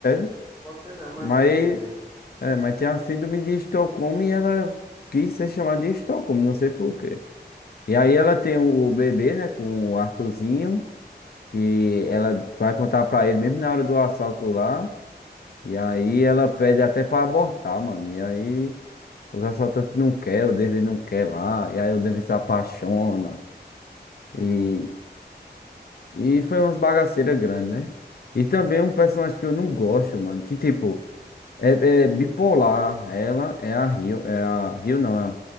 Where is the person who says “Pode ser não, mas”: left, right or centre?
Right